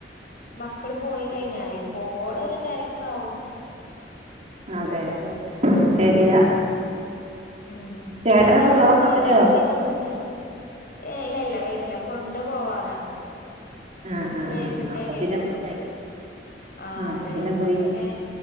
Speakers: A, on the left (about 55°); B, on the right (about 40°).
A: മക്കള് പോയി കഴിഞ്ഞാലേ പോവോളം ഒരു തിരക്കാവും
B: അതെ അത് ശരിയാ
A: ഉം പിന്നെ
B: ചേട്ടനപ്പൊ
A: ക്ലാസ്സിലില്ലാത്ത
B: ചോറിനാൻ വരുവോ
A: ദിവസങ്ങളിൽ ഏഹ് ഇല്ല ഇല്ല വരില്ല കൊണ്ട് പോവാറാണ്
B: ആഹ്
A: ഇനി
B: ആഹ്
A: വൈകിട്ടേ
B: ആഹ് അപ്പൊ
A: വരുള്ളൂ
B: പിന്നെ ഫ്രീ ആയി
A: ആഹ
B: ആഹ്
A: അതെ അപ്പൊ
B: ഫ്രീ
A: പിന്നെ
B: ആയി